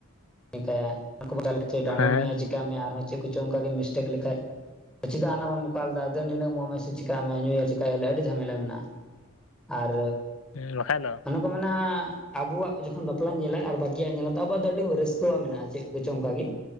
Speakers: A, in the centre; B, on the left (about 75°).
A: ᱪᱤᱠᱟᱭᱟ <unintelligible> ᱰᱟᱸᱰᱚᱢ
B: ᱦᱮᱸ
A: ᱢᱮᱭᱟ ᱪᱮᱠᱟ ᱢᱮᱭᱟ ᱟᱨᱦᱚᱸ ᱪᱮᱫ ᱠᱚᱪᱚᱚᱝ ᱚᱱᱠᱟ ᱜᱮ ᱢᱤᱥᱼᱼ ᱞᱮᱠᱷ ᱞᱮᱷᱟᱹᱡ ᱪᱮᱫᱟᱜ ᱱᱟ ᱵᱟᱢ ᱱᱚᱠᱟᱞ ᱞᱮᱫᱟ? ᱫᱮᱱ ᱱᱤᱱᱟᱜ ᱮᱢᱜ ᱢᱮ? ᱪᱮᱠᱟᱜ ᱢᱮ ᱧᱩᱸᱭ ᱟᱞᱮ ᱪᱮᱤᱠᱟᱭ ᱟᱞᱮ ᱟᱹᱰᱤ ᱡᱷᱟᱢᱮᱞᱟ ᱢᱮᱱᱟᱜᱼᱟ᱾ ᱟᱨᱼᱼ
B: ᱦᱸ ᱵᱟᱠᱷᱟᱱᱡ ᱫᱚ,
A: ᱚᱱᱟ ᱠᱚ ᱢᱮᱱᱟ ᱟᱵᱚᱣᱟᱜ ᱡᱚᱠᱷᱚᱱ ᱵᱟᱯᱞᱟᱧ ᱧᱮᱞᱟ ᱟᱨ ᱵᱠᱤᱭᱟᱜ ᱤᱧ ᱧᱮᱞᱟ ᱛᱟ ᱵᱟᱫ ᱟᱹᱰᱤ ᱨᱟᱹᱥᱼᱼ <unintelligible> ᱦᱸ ᱢᱮᱱᱟᱜᱼᱟ ᱪᱮᱫ ᱠᱚᱪᱚᱝ ᱚᱱᱠᱟ ᱜᱮ?